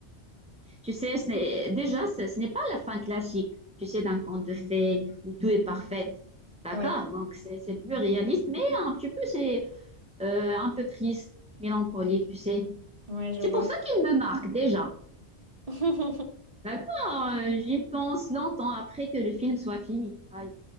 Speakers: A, in the centre; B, on the right.
A: tu sais, ce n'est- déjà, ce, ce n'est pas la fin classique, tu sais, d'un conte de fées où tout est parfait. D'accord?
B: Ouais,
A: Donc, c'est c'est plus réaliste, mais un petit peu, c'est euh, un peu triste, mélancolique, tu sais.
B: ouais, je
A: C'est
B: vois.
A: pour ça qu'il me marque déjà.
B: <laughs>
A: D'accord? Euh, J'y pense longtemps après que le film soit fini. Ah oui,